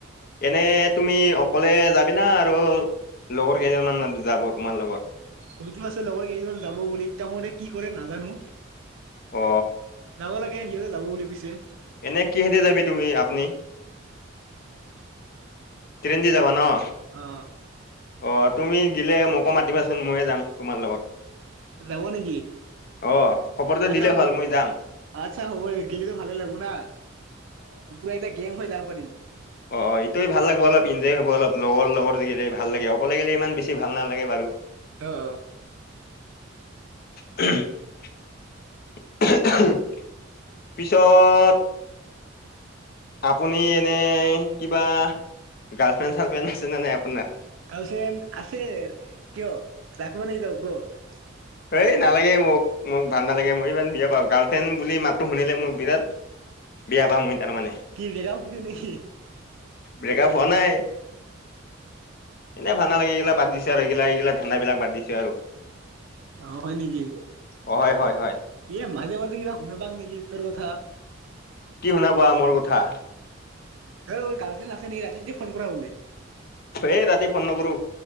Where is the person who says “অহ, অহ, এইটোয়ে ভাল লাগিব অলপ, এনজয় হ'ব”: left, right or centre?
Left